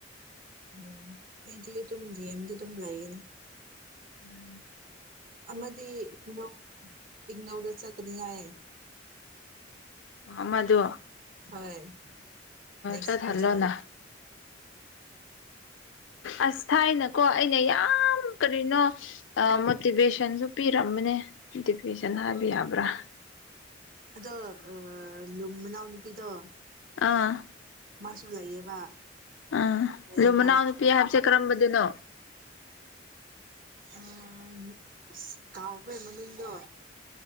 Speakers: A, on the right; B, on the left.
A: <unintelligible> ꯎꯝꯗꯤ ꯑꯗꯨꯝ ꯦꯝꯗꯤ ꯑꯗꯨꯝ ꯂꯩꯅꯤ
B: ꯎꯝ
A: ꯑꯃꯗꯤꯗꯤ ꯏꯒꯅꯧꯗ ꯆꯀꯅꯤ ꯍꯥꯏꯌꯦ
B: ꯑ ꯃꯗꯨ
A: ꯍꯣꯏ ꯅꯦꯦꯛꯁ
B: ꯆꯠꯍꯜꯂꯣꯅ
A: ꯏꯔ ꯆ
B: ꯑꯁ ꯊꯥꯏꯅꯀꯣ ꯑꯩꯅ ꯌꯥꯝ ꯀꯔꯤꯅꯣ ꯃꯣꯇꯤꯚꯦꯁꯟꯁꯨ ꯄꯤꯔꯝꯕꯅꯦ ꯃꯣꯇꯤꯚꯦꯁꯟ ꯍꯥꯏꯕ ꯌꯥꯕ꯭ꯔꯥ
A: ꯑꯗ ꯑ ꯌꯨꯝ ꯃꯅꯥꯎ ꯅꯨꯄꯤꯗꯣ
B: ꯑꯥ
A: ꯃꯥꯁꯨ ꯂꯩꯌꯦꯕ
B: ꯑꯥ
A: ꯂꯩꯔꯒ
B: ꯑꯗꯨ ꯃꯅꯥꯎ ꯅꯨꯄꯤ ꯍꯥꯞꯆꯦꯠ ꯀꯔꯝꯕꯗꯨꯅꯣ
A: ꯎꯝ ꯀꯥꯎꯥꯎꯕꯅꯃꯤꯅꯣ